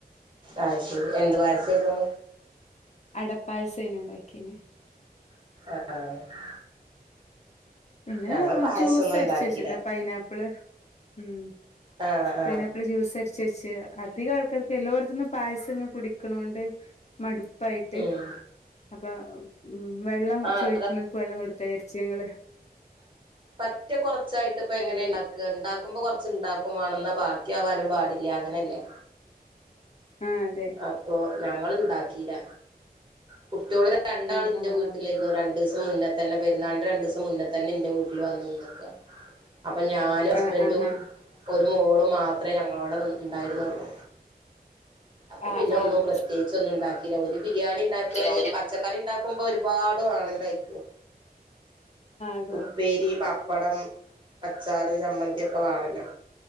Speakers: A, on the right (about 30°); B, on the left (about 45°).
A: അയ് ശരി എന്ത് പായസേര്ന്നു
B: അടപ്പായസേനെ ഉണ്ടാക്കിന്
A: ആഹ്
B: പിന്നെ
A: ഞങ്ങള് പായസൊന്നും
B: ജ്യൂസ് അടച്ച്
A: ഉണ്ടാക്കില്ല
B: വെച്ചിട്ടണ്ട് പൈനാപ്പിള് ഉം
A: ആഹ് ആഹ്
B: പൈനാപ്പിൾ ജ്യൂസ് അടച്ചുവെച്ച് അധികം ആൾക്കാർക്ക് എല്ലോടത്തും പായസം ഇങ്ങെ കുടിക്കണോണ്ട് മടുപ്പ് പ്പായിട്ട്
A: ഉം
B: അപ്പൊ ഉം വെള്ളം
A: ആഹ്
B: ചോദിക്കുന്നവർക്ക് വെള്ളം കൊടുക്കാ വിചരിച്ചു ഞങ്ങള്
A: പറ്റേ കുറച്ചായിട്ട് ഇപ്പൊ എങ്ങനെ ഉണ്ടാക്കുക ഉണ്ടാക്കുമ്പോ കൊറച്ച്ണ്ടാക്കും വേണെന്ന ബാഗ ബാക്കി ആവാനും പാടില്ല അങ്ങനെയല്ലേ
B: ആഹ് അതെ
A: അപ്പോൾ ഞങ്ങളുണ്ടാക്കിയില്ല കുട്ടിയോളു രണ്ടാളിന്റെ
B: ആഹ് ആഹ്
A: വീട്ടിലായിരുന്നു രണ്ടു ദിവസം മുന്നേ തന്നെ പെരുന്നാളിൻ്റെ രണ്ടു ദിവസം മുന്നെ തന്നെ എന്റെ വീട്ടിൽ വന്നു നിക്കുക അപ്പൊ ഞാനും ഹസ്ബൻറും
B: ആഹ് ആഹാ
A: ഒരു മോളും മാത്രമേ ഞങ്ങളവിടെ ഉണ്ടായിരുന്നുള്ളൂ അപ്പൊ
B: ആഹ്
A: പിന്നെ
B: ആഹ്
A: ഒന്നും പ്രത്യേകിച്ച് ഒന്നും ഉണ്ടാക്കില്ല ഒരു ബിരിയാണി ഉണ്ടാക്കിയാല്
B: ആഹ്
A: പച്ചക്കറി ഉണ്ടാക്ക ക്കുമ്പോ ഒരുപാട് വേണം ലൈക്ക്
B: അതെ
A: ഉപ്പേ രി പപ്പടം അച്ചാറ് ചമ്മന്തി ഒക്കെ വേണല്ലോ